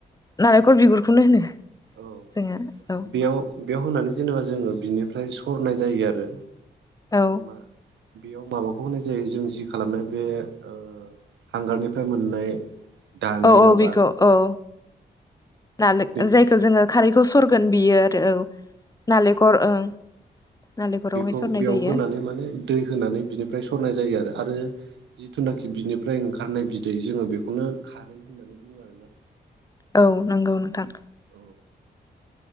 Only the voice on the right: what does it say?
औ
बेयाव बेयाव होनानै जेनेबा जोङो बिनिफ्राय सरनाय जायो आरो
मा बेयाव माबाखौ होनाय जायो जों जि खालामनाय बे ओ हांगारनिफ्राय मोननाय दानाय
माबा
बे
बिखौ
बेयाव
होनानै माने दै होनानै बिनिफ्राय सरनाय जायो आरो। आरो जिथुनाखि बिनिफ्राय ओंखारनाय बिदै जोङो बेखौनो खारै होननानै बुङो आरोना।
औ